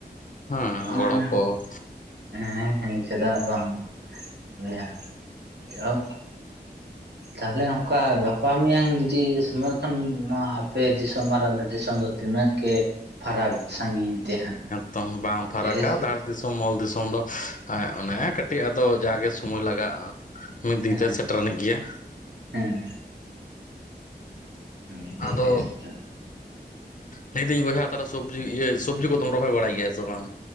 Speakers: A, on the left (about 50°); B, on the right (about 85°).
A: ᱦᱮᱸ
B: ᱟᱦᱟᱦᱩᱸ
A: ᱜᱚᱲᱚ ᱠᱚ
B: <unintelligible> ᱦᱮᱸ ᱦᱮᱸ ᱪᱮᱫᱟᱜ ᱵᱟᱝ ᱵᱚᱭᱦᱟ ᱡᱟᱦᱳᱠ ᱛᱟᱦᱚᱞᱮ ᱚᱱᱠᱟ ᱜᱟᱯᱟ ᱢᱮᱭᱟᱝ ᱡᱩᱫᱤ ᱥᱚᱢᱚᱭ ᱠᱷᱚᱱ ᱱᱚᱣᱟ ᱟᱯᱮ ᱫᱤᱥᱚᱢ ᱟᱨ ᱟᱞᱮ ᱫᱤᱥᱚᱢ ᱫᱚ ᱛᱤᱱᱟᱹᱜ ᱜᱮ ᱯᱷᱟᱨᱟᱠ ᱥᱟᱺᱜᱤᱧ ᱛᱮ ᱦᱟᱸᱜ᱾
A: ᱛᱟᱦᱩ ᱵᱟᱝ ᱯᱷᱟᱨᱟᱠᱟ
B: ᱛᱮ ᱥᱮ
A: ᱫᱷᱟᱲ ᱫᱤᱥᱚᱢ ᱢᱚᱞ ᱫᱤᱥᱚᱢ ᱫᱚ ᱦᱮᱸ ᱚᱱᱮ ᱠᱟᱹ ᱠᱟᱹᱴᱤᱡ ᱟᱫᱚ ᱡᱟᱜᱮ ᱥᱚᱢᱛᱭ ᱞᱟᱜᱟᱜᱼᱟ ᱢᱤᱫ ᱫᱤᱱ
B: ᱦᱮᱸ
A: ᱛᱮ ᱥᱮᱴᱮᱨᱟᱱᱤᱡ ᱜᱮᱭᱟ᱾
B: ᱦᱮᱸ ᱢᱤᱫ ᱫᱤᱱ
A: ᱟᱫᱚ
B: ᱛᱮ ᱥᱮᱴᱮᱨ
A: ᱞᱟᱹᱭᱫᱤᱧ ᱵᱚᱭᱦᱟ ᱛᱟᱦᱚᱞᱮ ᱥᱚᱵᱽᱡᱤ ᱤᱭᱟᱹ ᱥᱚᱵᱽᱡᱤ ᱠᱚ ᱨᱚᱦᱚᱭ ᱵᱟᱲᱟᱭ ᱜᱮᱭᱟ ᱥᱮ ᱵᱟᱝ?